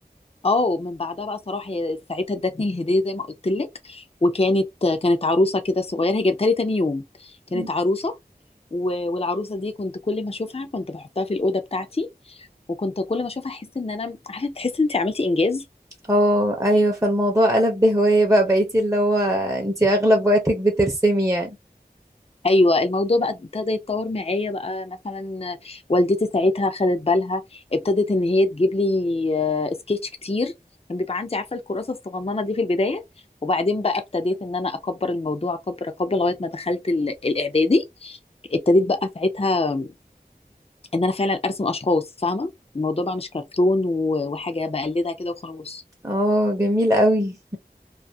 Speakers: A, on the left; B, on the right.
A: اه من بعدها بقى صراحه هي ساعتها ادتني الهديه زي ما قلت لك وكانت كانت عروسه كده صغيره هي جابتها لي تاني يوم كانت
B: مم.
A: عروسه و- والعروسه دي كنت كل ما اشوفها كنت بحطها في الاوضه بتاعتي وكنت كل ما اشوفها احس ان انا عارفه تحس ان انت عملتي انجاز
B: اه ايوه فالموضوع قلب بهواية بقى بقيتي اللي هو انتي اغلب وقتك بترسمي يعني
A: ايوه الموضوع بقى ابتدى يتطور معايا بقى مثلا والدتي ساعتها خدت بالها ابتدت ان هي تجيب لي آه، سكتش كتير كان بيبقى عندي عارفه الكراسه الصغننه دي في البدايه وبعدين بقى ابتديت ان انا اكبر الموضوع اكبر اكبر لغايه ما دخلت ال- الاعدادي ابتديت بقى ساعتها ان انا فعلا ارسم اشخاص فاهمه الموضوع بقى مش كرتون و- وحاجه بقلدها كده وخلاص
B: اه جميل قوي